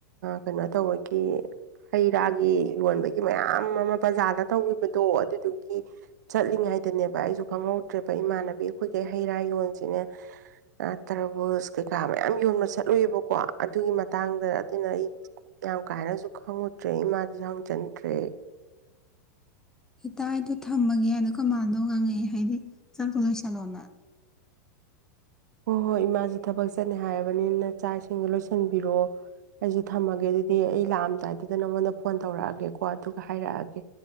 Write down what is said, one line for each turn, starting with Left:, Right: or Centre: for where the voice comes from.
Right: ꯀꯩꯅꯣ ꯇꯧꯕꯒꯤ꯫ ꯍꯩ ꯔꯥꯒꯤ ꯌꯣꯟꯕꯒꯤ ꯃꯌꯥꯝ ꯑꯃ ꯕ꯭ꯔꯖꯥꯗ ꯇꯧꯈꯤꯕꯗꯣ ꯑꯗꯨꯗꯨꯒꯤ ꯆꯠꯂꯤꯉꯩꯗꯅꯦꯕ ꯑꯩꯁꯨ ꯈꯪꯍꯧꯗ꯭ꯔꯦꯕ ꯏꯃꯥꯟꯅꯕꯤ ꯑꯩꯈꯣꯏ ꯍꯩ ꯔꯥ ꯌꯣꯟꯁꯤꯅꯦ꯫ ꯇꯔꯕꯨꯁ ꯀꯩꯀꯥ ꯃꯌꯥꯝ ꯌꯣꯟꯕ ꯆꯠꯂꯨꯏꯕꯀꯣ ꯑꯗꯨꯒꯤ ꯃꯇꯥꯡꯗ ꯑꯗꯨꯅ ꯑꯩ ꯌꯥꯝ ꯀꯥꯏꯅꯁꯨ ꯈꯪꯉꯨꯗ꯭ꯔꯦ ꯏꯃꯥꯗꯁꯨ ꯍꯪꯖꯟꯗ꯭ꯔꯦ꯫
Centre: ꯏꯇ ꯏꯗꯣ ꯊꯝꯃꯒꯦꯗꯣ ꯀꯃꯥꯟꯅꯗꯧ ꯉꯪꯉꯛꯦ ꯍꯥꯏꯗꯤ꯫ ꯆꯥꯛꯇꯨ ꯂꯣꯏꯁꯂꯑꯣꯅ꯫
Right: ꯍꯣꯏ ꯍꯣꯏ ꯏꯃꯥꯁꯦ ꯊꯕꯛ ꯆꯠꯅꯤ ꯍꯥꯏꯔꯕꯅꯤꯅ ꯆꯥꯛ ꯏꯁꯤꯡꯗꯣ ꯂꯣꯏꯁꯤꯟꯕꯤꯔꯛꯑꯣ ꯑꯩꯁꯨ ꯊꯝꯃꯒꯦ ꯑꯗꯨꯗꯤ ꯑꯩ ꯂꯥꯛꯑꯝꯗꯥꯏꯗꯨꯗ ꯅꯉꯣꯟꯗ ꯐꯣꯟ ꯇꯧꯔꯛꯑꯒꯦꯀꯣ ꯑꯗꯨꯒ ꯍꯥꯏꯔꯛꯑꯒꯦ꯫